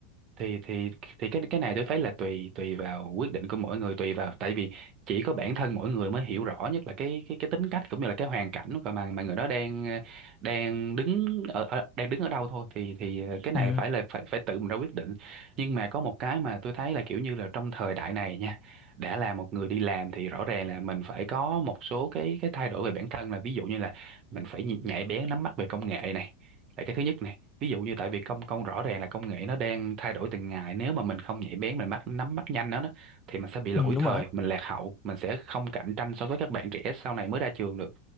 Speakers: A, on the right; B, on the left.
A: Thì thì thì cái cái này tôi thấy là tùy tùy vào quyết định của mỗi người tùy vào tại vì chỉ có bản thân mỗi người mới hiểu rõ nhất là cái cái cái tính cách cũng như là cái hoàn cảnh của mà mà người đó đang ờ, đang đứng ở, ở đang đứng ở đâu thôi thì thì ờ, cái này
B: ừ,
A: phải là phải phải tự mình ra quyết định nhưng mà có một cái mà tôi thấy là kiểu như là trong thời đại này nha đã là một người đi làm thì rõ ràng là mình phải có một số cái cái thay đổi về bản thân là ví dụ như là mình phải nhạy bén nắm bắt về công nghệ này là cái thứ nhất này ví dụ như tại vì công công rõ ràng là công nghệ nó đang thay đổi từng ngày nếu mà mình không nhạy bén mình bắt nắm bắt nhanh nó đó thì mình sẽ bị lỗi
B: ừ đúng
A: thời
B: rồi đó
A: mình lạc hậu mình sẽ không cạnh tranh so với các bạn trẻ sau này mới ra trường được